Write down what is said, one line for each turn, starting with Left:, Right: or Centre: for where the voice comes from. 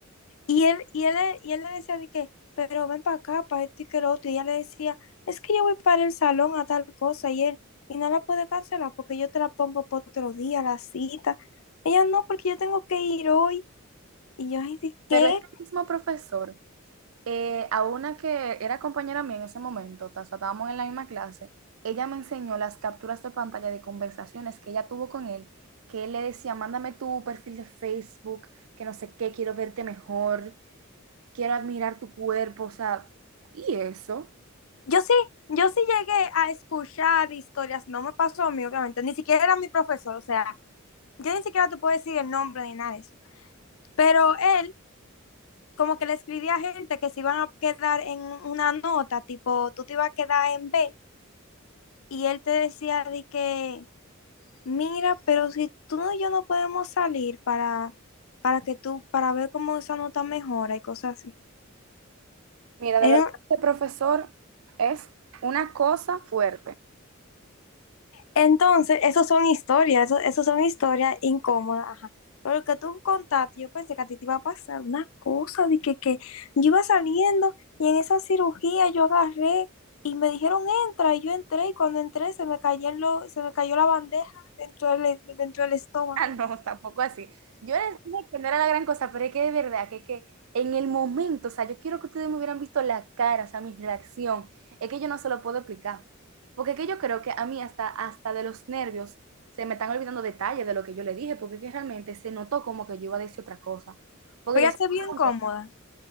Left: Y él, y él, le- y él le decía de que, pero ven para acá, para esto y que lo otro. Y ella le decía, es que yo voy para el salón a tal cosa. Y él, y no la puede cancelar porque yo te la pongo para otro día, la cita. Ella, no, porque yo tengo que ir hoy. Y yo, ay, ¿de
Right: pero
Left: qué?
Right: es el mismo profesor Eh, a una que era compañera mía en ese momento, o sea, estábamos en la misma clase, ella me enseñó las capturas de pantalla de conversaciones que ella tuvo con él, que él le decía, mándame tu perfil de Facebook, que no sé qué, quiero verte mejor, quiero admirar tu cuerpo, o sea, y eso.
Left: Yo sí, yo sí llegué a escuchar historias. No me pasó a mí, obviamente. Ni siquiera era mi profesor. O sea, yo ni siquiera te puedo decir el nombre ni nada de eso. Pero él, como que le escribía a gente que se iban a quedar en una nota, tipo, tú te ibas a quedar en B y él te decía de que, mira, pero si tú no y yo no podemos salir para, para que tú, para ver cómo esa nota mejora y cosas así.
Right: Mira, de
Left: En-
Right: verdad, ese profesor es una cosa fuerte.
Left: Entonces, esas son historias, eso, eso son historias incómodas, ajá. Pero lo que tú contaste, yo pensé que a ti te iba a pasar una cosa de que, que yo iba saliendo y en esa cirugía yo agarré y me dijeron entra y yo entré y cuando entré se me cayó, se me cayó la bandeja dentro del, dentro del estómago.
Right: Ah, no, <laughs> tampoco así. Yo les dije que no era la gran cosa, pero es que de verdad, que, que en el momento, o sea, yo quiero que ustedes me hubieran visto la cara, o sea, mi reacción. Es que yo no se lo puedo explicar. Porque es que yo creo que a mí hasta, hasta de los nervios se me están olvidando detalles de lo que yo le dije, porque es que realmente se notó como que yo iba a decir otra cosa. Porque
Left: Pero
Right: yo se
Left: ya se bien
Right: lo
Left: cómoda.
Right: pregunté,